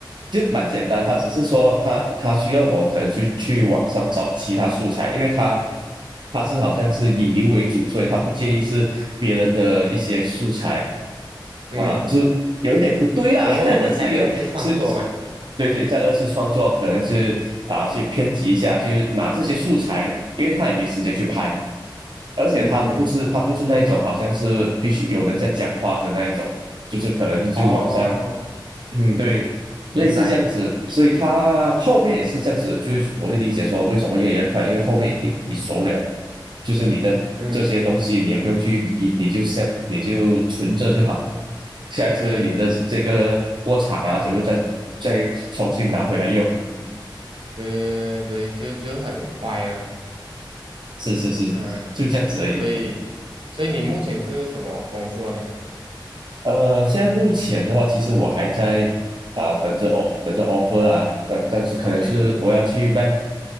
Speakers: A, on the right; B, on the right.
A: 就蛮简单，他只是说他他需要我可能去去网上找其他素材，因为他他是好像是引流为主，所以他不介意是别人的一些素材
B: 嗯，
A: 啊，就有一点不对啦，
B: 然后你们再二次创作嘛。
A: <laughs> 是有是，对对，在二次创作可能是啊去编辑一下，就是拿这些素材，因为他也没时间去拍，
B: 嗯。
A: 而且他不是他不是那一种好像是必须有人在讲话的那一种，
B: 嗯嗯，
A: 就是可能就网上。
B: 哦，
A: 嗯，对，
B: 明白，
A: 类似这样子，所以他后面也是这样子，就是我会理解说为什么越来越快，因为后面已经你熟了，就是你的这些东西你也不用去移，
B: 嗯，
A: 你就 set 你就存着就好，下一次你的这个过场啊，
B: 对
A: 怎么再再重新拿回来用，
B: 对对，就就很快了，
A: 是是是，
B: 嗯，
A: 就这样子而已。
B: 所以所以你目前是什么工作呢
A: 呃，现在目前的话，其实我还在啊、等着 o 等着 offer 啊，但但是可能是我要去
B: o k
A: bank，